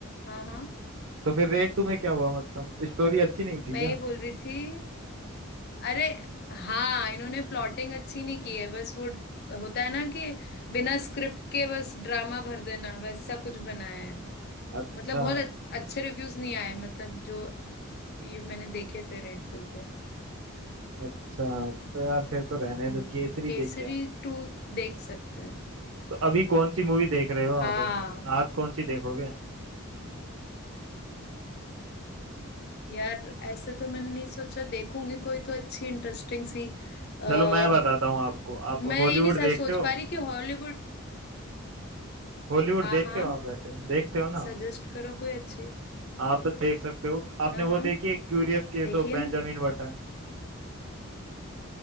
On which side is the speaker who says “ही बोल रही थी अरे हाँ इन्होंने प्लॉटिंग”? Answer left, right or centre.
Left